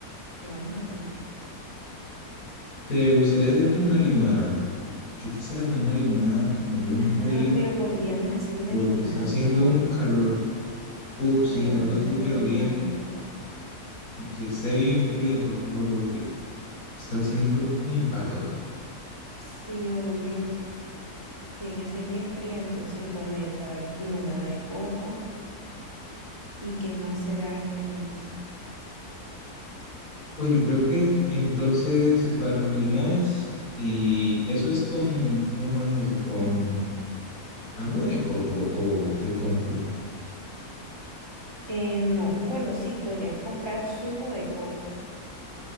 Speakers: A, on the right (about 15°); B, on the left (about 60°).
A: ¿Qué vamos a tomar?
B: ¿Te gustaría hacer como una limonada? Yo quisiera como una limonada, como bien
A: Ah,
B: fría,
A: pero podríamos hacer una
B: porque
A: limonada
B: está haciendo
A: de coco.
B: un calor. Uf, sí,
A: Podríamos
B: algo
A: hacer
B: así,
A: una
B: pero
A: limonada
B: bien,
A: de coco.
B: que esté bien fría, por favor, porque está haciendo un calor.
A: Sí, obvio. Tiene que ser bien fría, entonces, bueno, ya sabes, limonada de coco. ¿Y qué más será? ¿Qué más?
B: Pues yo creo que entonces para limones, y eso es con, ¿cómo es eso? ¿Con agua de coco o qué compro?
A: Eh, no, bueno, sí, podrías comprar zumo de coco,